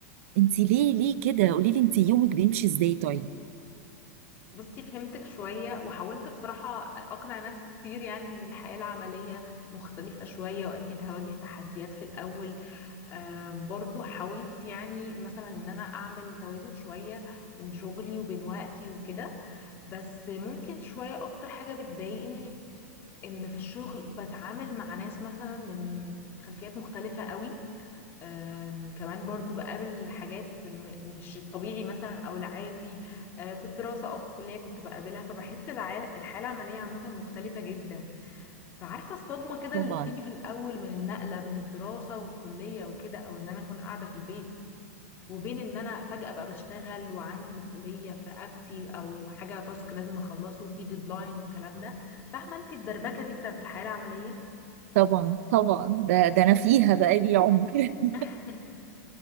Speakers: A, on the right; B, on the left.
A: انت ليه ليه كده قولي لي انت يومك بيمشي ازاي طيب
B: بصي فهمتك شوية وحاولت بصراحة أقنع نفسي كتير يعني إن الحياة العملية مختلفة شوية وأكيد هواجه تحديات في الأول آم، برضو حاولت يعني مثلا إن أنا أعمل توازن شوية بين شغلي وبين وقتي وكده بس ممكن شوية أكتر حاجة بتضايقني إن في الشغل بتعامل مع ناس مثلا من خلفيات مختلفة قوي أم، كمان برضو بقابل حاجات م- مش الطبيعي مثلا او العادي أه، في الدراسة او في الكلية كنت بقابلها فبحس الع- الحالة العملية عامة مختلفة جدا فعارفة الصدمة كده
A: طبعا
B: اللي بتيجي في الأول من النقلة بين الدراسة والكلية وكده أو إن أنا أكون قاعدة في البيت وبين إن أنا فجأة بقى بشتغل وعندي مسؤولية في رقبتي أو حاجة تاسك لازم أخلصه وفي ديدلاين والكلام ده فاهمة أنت الدربكة دي بتاعت الحياة العملية؟
A: طبعا طبعا ده ده انا فيها بقالي عمر <laughs>
B: <laughs>